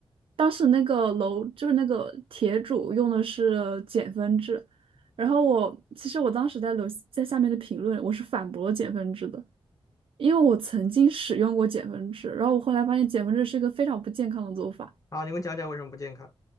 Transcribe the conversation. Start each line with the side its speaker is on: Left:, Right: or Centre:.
Right: 当时那个楼就是那个帖主用的是减分制，然后我其实我当时在楼在下面的评论我是反驳减分制的，因为我曾经使用过减分制，然后我后来发现减分制是一个非常不健康的做法。
Left: 好，你给我讲讲为什么不健康？